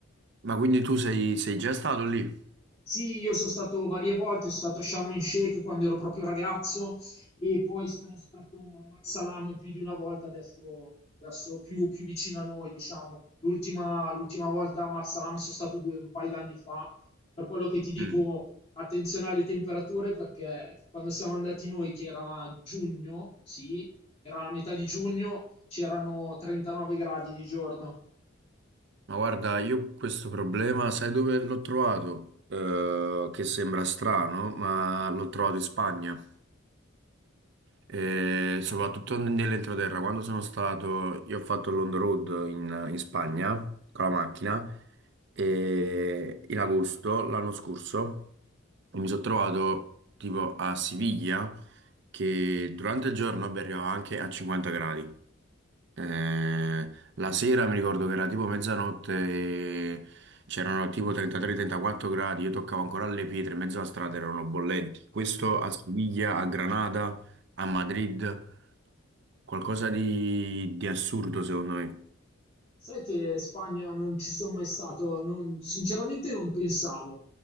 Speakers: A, on the right; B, on the left.
A: Ma quindi tu sei, sei già stato lì?
B: Sì, io sono stato varie volte, sono stato a Sharm el Sheikh quando ero proprio ragazzo e poi sono stato a Marsalam più di una volta, adesso, adesso più, più vicino a noi, diciamo. L'ultima l'ultima volta a Marsalam sono stato due, un paio d'anni fa, per quello che ti dico
A: Mm.
B: attenzione alle temperature perché quando siamo andati noi, che era giugno, sì, era la metà di giugno, c'erano 39 gradi di giorno.
A: Ma guarda, io questo problema, sai dove l'ho trovato? Eh, che sembra strano, ma l'ho trovato in Spagna. E soprattutto nell'entroterra, quando sono stato, io ho fatto l'on the road in, in Spagna con la macchina e in agosto l'anno scorso e mi sono trovato tipo a Siviglia che durante il giorno vabbè, arrivava anche a 50 gradi. Eh, la sera mi ricordo che era tipo mezzanotte e c'erano tipo 33-34 gradi, io toccavo ancora le pietre, in mezzo alla strada erano bollenti. Questo a Siviglia, a Granada, a Madrid, qualcosa di, di assurdo secondo me.
B: Sai che in Spagna non ci sono mai stato, non- sinceramente non pensavo.